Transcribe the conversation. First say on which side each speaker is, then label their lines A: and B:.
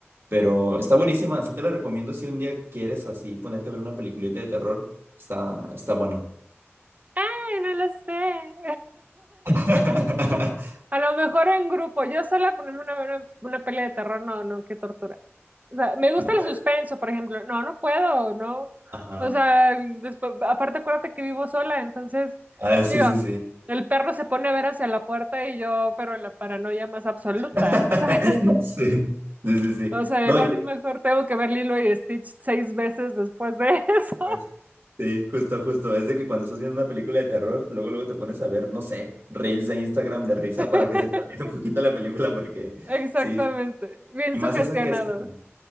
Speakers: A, on the right; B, on the right.
A: Pero está buenísima, así te la recomiendo si un día quieres así ponerte a ver una peliculita de terror, está, está buena.
B: Ay, no lo sé.
A: <laughs>
B: <laughs> A lo mejor en grupo. Yo sola ponerme una, una, una peli de terror, no, no, qué tortura. O sea, me gusta
A: ¿No puedes?
B: el suspenso, por ejemplo. No, no puedo, no.
A: Ajá.
B: O sea, después, aparte acuérdate que vivo sola, entonces,
A: Ah, sí,
B: digo,
A: sí, sí.
B: el perro se pone a ver hacia la puerta y yo, pero en la paranoia más absoluta.
A: <laughs>
B: O sea, <laughs>
A: Sí, sí, sí, sí.
B: o sea,
A: No,
B: igual
A: y
B: mejor tengo que ver Lilo y Stitch seis veces después de eso.
A: después. Sí, justo, justo. Es de que cuando estás viendo una película de terror, luego, luego te pones a ver, no sé, reels de Instagram de risa
B: <laughs>
A: para que se te olvide un poquito la película, porque
B: Exactamente.
A: sí, sí.
B: Bien
A: Y
B: sugestionado.
A: más esa que es como.